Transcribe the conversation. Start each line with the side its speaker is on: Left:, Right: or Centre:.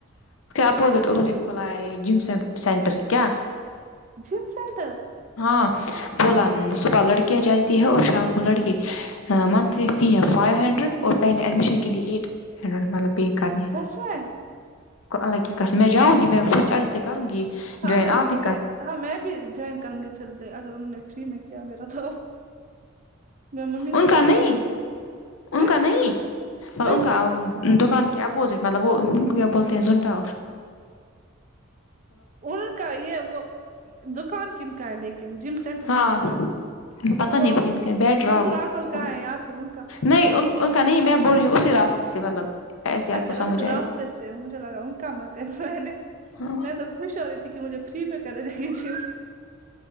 Left: اپپوزٹ کھولا جم سینٹر کیا
Right: جم سینٹر
Left: ہاں بولا صبح لڑکیاں جاتی ہے اور شام کو لڑکی منتھلی فی ہے فائیو ہنڈریڈ اور پہلے ایڈمیشن کے لیے ایٹ ہنڈریڈ مطلب پے کرنے
Right: سچ میں
Left: اللہ کی قسم میں جاؤں گی میں فسٹ اگست کروں گی
Right: ہاں
Left: جوائن
Right: اگر
Left: آپ بھی کر
Right: ہاں میں بھی جوائن کروں گی پھر اگر انہوں نے فری میں کیا میرا تو میں ممی
Left: ان
Right: سے
Left: کا
Right: بات
Left: نہیں
Right: کروں گی ان سے پھر
Left: انکا نہیں پر
Right: پھر
Left: انا دکان کے اپوزٹ مطلب وہ کیا بولتے ہیں زن اور
Right: ان کا یہ وہ دکان کن کا ہے لیکن جن سے سینٹر
Left: ہاں
Right: کیس کا ہے
Left: پتہ
Right: وہ
Left: نہیں کن کا ہے، بیٹ راگ
Right: مظور
Left: ہو
Right: آنکل
Left: اس
Right: کا
Left: کو
Right: ہے یا پھر ان کا
Left: نہیں ان ان کا نہیں میں بول رہیوں اسی راستے سے مطلب ایسے آپ
Right: اچھا
Left: کو
Right: اس
Left: سمجھ آئے
Right: راستے سے مجھے لگا ان کا مت ہے میں نے
Left: ہاں
Right: میں تو خوش ہو رہی تھی کہ مجھے فری میں کر دیکےچ